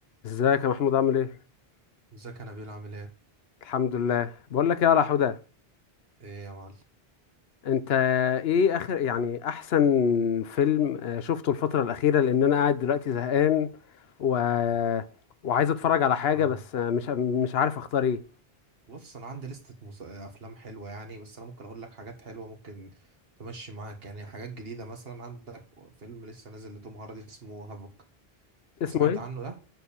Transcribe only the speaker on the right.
ازيك انا بيل عامل ايه
ايه يا معلم
اه
بص انا عندي لستة مس... افلام حلوه يعني بس انا ممكن اقول لك حاجات حلوه ممكن تمشي معاك يعني حاجات جديده مثلا عندك فيلم لسه نازل لتوم هاردي اسمه هافوك
سمعت
عنه ده